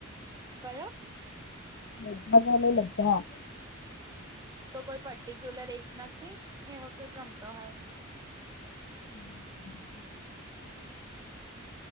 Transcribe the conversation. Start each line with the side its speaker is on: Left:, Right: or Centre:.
Right: કયો.
Left: બધા ગમે બધા.
Right: તો કોઈ પર્ટિક્યુલર એક નથી એવ કે ગમતો હોય.
Left: હમ હ <unintelligible>